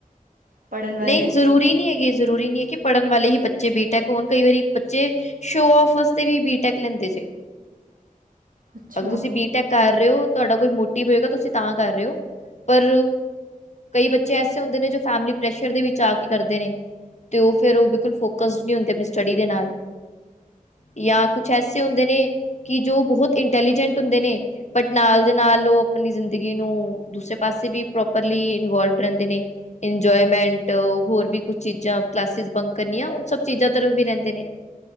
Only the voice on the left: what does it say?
ਨਹੀਂ ਜ਼ਰੂਰੀ ਨਹੀਂ ਹੈਗੀ ਜ਼ਰੂਰੀ ਨਹੀਂ ਹੈ ਕਿ ਪੜ੍ਹਨ ਵਾਲੇ ਹੀ ਬੱਚੇ ਬੀਟੈਕ ਹੋਣ ਕਈ ਵਾਰੀ ਬੱਚੇ ਸ਼ੋ ਔਫ ਵਾਸਤੇ ਵੀ ਬੀਟੈਕ ਲੈਂਦੇ ਜੇ
ਅਗਰ ਤੁਸੀਂ ਬੀ ਟੈਕ ਕਰ ਰਹੇ ਹੋ ਤੁਹਾਡਾ ਕੋਈ ਮੋਟਿਵ ਹੋਏਗਾ ਤੁਸੀਂ ਤਾਂ ਕਰ ਰਹੇ ਹੋ ਪਰ ਕਈ ਬੱਚੇ ਐਸੇ ਹੁੰਦੇ ਨੇ ਜੋ ਫੈਮਿਲੀ ਪ੍ਰੈਸ਼ਰ ਦੇ ਵਿੱਚ ਆ ਕੇ ਕਰਦੇ ਨੇ, ਤੇ ਓਹ ਫੇਰ ਓਹ ਬਿਲਕੁਲ ਫੋਕਸਡ ਨਹੀਂ ਹੁੰਦੇ ਆਪਣੀ ਸਟੱਡੀ ਦੇ ਨਾਲ ਯਾਂ ਕੁਛ ਐਸੇ ਹੁੰਦੇ ਨੇ ਕਿ ਜੋ ਬਹੁਤ ਇੰਟੈਲੀਜੈਂਟ ਹੁੰਦੇ ਨੇ ਬਟ ਨਾਲ ਦੇ ਨਾਲ ਓਹ ਆਪਣੀ ਜ਼ਿੰਦਗੀ ਨੂੰ ਦੂਸਰੇ ਪਾਸੇ ਵੀ ਪ੍ਰੋਪਰਲੀ ਇਨਵੋਲਟ ਰਹਿੰਦੇ ਨੇ ਐਨਜੋਇਮੈਂਟ ਹੋਰ ਵੀ ਕੁਝ ਚੀਜ਼ਾਂ ਕਲਾਸਿਜ ਬੰਕ ਕਰਨੀਆਂ ਓਹ ਸਭ ਚੀਜ਼ਾਂ ਤਰਫ ਵੀ ਰਹਿੰਦੇ ਨੇ